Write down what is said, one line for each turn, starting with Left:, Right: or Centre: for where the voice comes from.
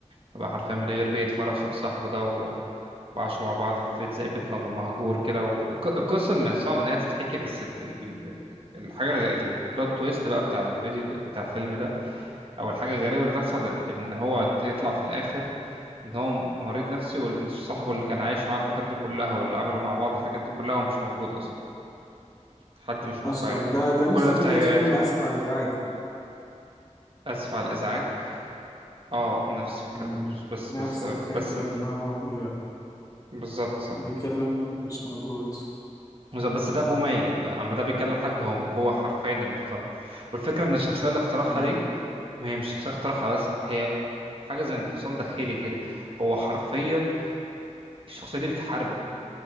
Right: فبقى حرفيا من غير بيت فرح شاف صاحبه ده و... وعاشوا مع بعض في بيت زي بيت مج- مهجور كده والقصة من صعب إنها تتحكي بس ال- ال- ال- الحاجة البلوت تويست بقى بتاع الفيديو ده بتاع الفيلم ده أو الحاجة الغريبة اللي تحصل إن هو تطلع في الآخر إن هو مريض نفسي وإن صاحبه اللي كان عايش معاه الفترة دي كلها واللي عملوا مع بعض الحاجات دي كلها هو مش موجود أصلا حد مش
Left: اصلا
Right: واقعي
Left: ده
Right: هو
Left: ده
Right: كل
Left: نفس
Right: ده
Left: فكرة
Right: في تهيؤاته
Left: فيلم اسف على الازعاج
Right: آسف على الإزعاج اه نفس فكرته
Left: مم.
Right: بس
Left: نفس
Right: بس بس
Left: الفكرة
Right: بس
Left: ان هو بي...
Right: بالظبط صح
Left: بيكلم حد مش موجود
Right: بالظبط، بس ده ابو ميت بقى اما ده بيكلم حد هو هو حرفيا اللي اخترعه والفكره ان الشخصيه اللي اخترعها
Left: مم.
Right: دي ما هي مش شخصيه اخترعها بس هي حاجه زي انفصام داخلي كده هو حرفيا الشخصيه دي بتحاربه